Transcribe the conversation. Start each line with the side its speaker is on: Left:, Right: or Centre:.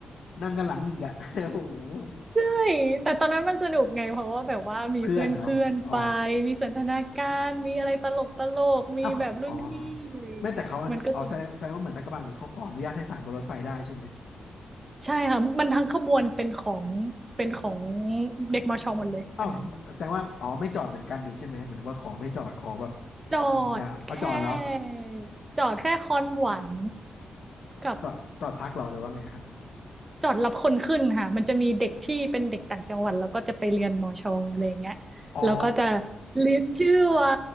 Left: นั่งกันหลังอีกอ่ะ <laughs> โอ้โห
Right: ใช่แต่ตอนนั้นมันสนุกไงเพราะว่าแบบว่ามีเพื่อนเพื่อนไป
Left: เพื่อนเหรออ๋อ
Right: มีสันทนาการมีอะไรตลกตลกมีแบบรุ่นพี่อะไรอย่างเงี้ยมันก็จะ
Left: อ้าวเขาอ๋อไม่แต่เขาอนุอ๋อแสดงแสดงว่าเหมือนลาดกระบังนี่เขาขออนุญาตให้สานบนรถไฟได้ใช่ไหม
Right: ใช่ค่ะมันทั้งขบวนเป็นของเป็นของเด็กมชหมดเลยตอนนั้น
Left: อ้าวแสดงว่าอ๋อไม่จอดเหมือนกันนี่ใช่ไหมเหมือนว่าขอไม่จอดขอแบบ
Right: จอดแค่
Left: ยิงยาวเอาจอดเหรอ
Right: จอดแค่คอนหวันกับ
Left: จอดจอดพักเหรอหรือว่าไงคะ
Right: จอดรับคนขึ้นค่ะมันจะมีเด็กที่เป็นเด็กต่างจังหวัดแล้วก็จะไปเรียนมอชออะไรอย่างเงี้ยแล้วก็จะ
Left: อ๋อ
Right: ลิสต์ชื่อไว้